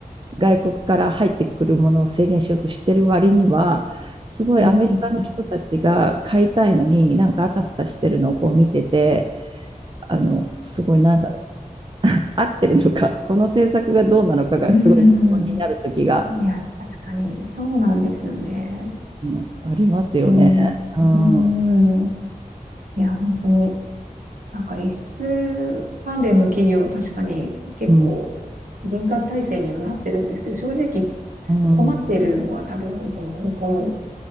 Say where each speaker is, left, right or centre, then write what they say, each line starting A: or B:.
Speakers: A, on the right; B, on the right.
A: 外国から入ってくるものを制限しようとしてる割には、すごいアメリカの人たちが買いたいのに、
B: うん、うん。
A: なんかあたふたしてるのをこう見てて、あの、すごいなんだろう、合ってるのか、この政策がどうなのかがすごい疑問になる時が、
B: うんうん。いや、確かに、そうなんですよね。
A: うんありますよね。
B: うん。
A: うん、
B: うん。
A: う
B: いや、本当に、なんか、輸出関連の企業、確かに結構
A: ん、
B: 文化体制にはなってるんですけど、正直
A: うん、
B: 困ってるのは多分、その向こうの、